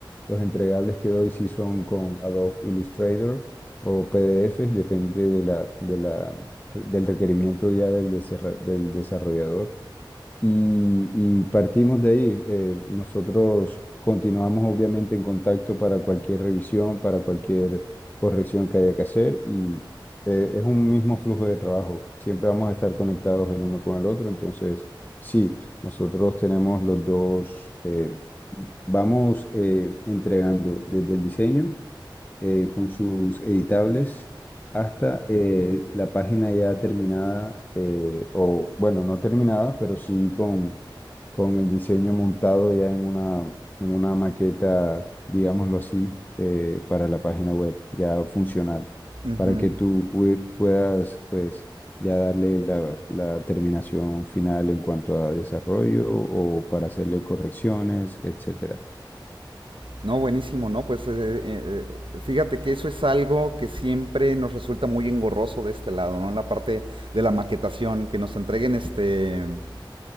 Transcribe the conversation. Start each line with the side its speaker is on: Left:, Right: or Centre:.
Left: los entregables que doy si son con Adobe Illustrator o PDFs, depende de la, de la, del requerimiento ya del, desarra- del desarrollador. Y, y partimos de ahí. Eh, nosotros continuamos obviamente en contacto para cualquier revisión, para cualquier corrección que haya que hacer y eh, es un mismo flujo de trabajo. Siempre vamos a estar conectados el uno con el otro. Entonces, sí, nosotros tenemos los dos, eh, vamos eh, entregando desde el diseño eh, con sus editables hasta eh, la página ya terminada, eh, o bueno, no terminada, pero sí con, con el diseño montado ya en una, en una maqueta, digámoslo así, eh, para la página web, ya funcional,
Right: ujú.
Left: para que tú pue- puedas, pues, ya darle la, la terminación final en cuanto a desarrollo o para hacerle correcciones, etcétera.
Right: No, buenísimo, ¿no? Pues eh, eh, eh, fíjate que eso es algo que siempre nos resulta muy engorroso de este lado, ¿no? La parte de la maquetación, que nos entreguen este